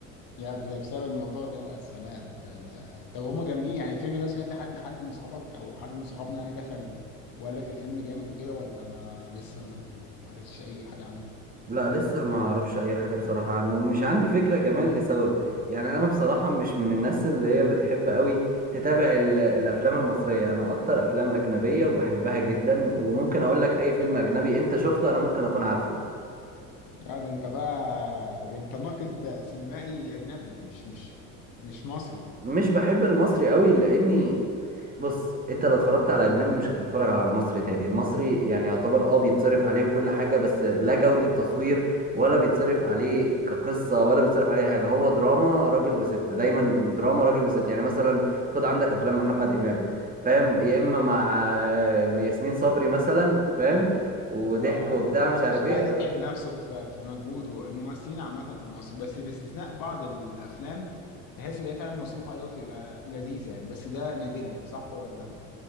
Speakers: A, on the left (about 55°); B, on the right (about 20°).
A: يا بس- بسبب الموضوع ده يا سلام ده انت طب هما جامدين يعني الفيلم ده سمعت حد حد من صحابك او حد من صحابنا يعني دخل وقال لك الفيلم جامد وكده ولا ما لسه ما ما ما عرفتش اي حاجة عنه
B: لا لسه ما اعرفش اي حاجه بصراحه عنه مش عندي فكره كمان لسبب يعني انا بصراحه مش من الناس اللي هي بتحب قوي تتابع ال- الافلام المصريه انا اكتر افلام اجنبيه وبحبها جدا وممكن اقول لك اي فيلم اجنبي انت شفته انا ممكن اكون عارفه
A: لا ده انت بقى ده انت ناقد سينمائي اجنبي مش مش مش مصري
B: مش بحب المصري قوي لاني بص انت لو اتفرجت على اجنبي مش هتتفرج على المصري تاني المصري يعني يعتبر اه بيتصرف عليه وكل حاجة بس لا جودة تصوير ولا بيتصرف عليه كقصة ولا بيتصرف عليه أي حاجة هو دراما راجل وست دايما دراما راجل وست يعني مثلا خد عندك افلام محمد امام فاهم يا اما مع آه، ياسمين صبري مثلا فاهم وضحك
A: اه
B: وبتاع مش عارف
A: مش
B: ايه
A: عايز يتعب نفسه في في مجهوده الممثلين عامة في مصر بس باستثناء بعض الافلام تحس ان هي فعلا مصروف عليها وبتبقى لذيذة يعني بس ده نادرا صح ولا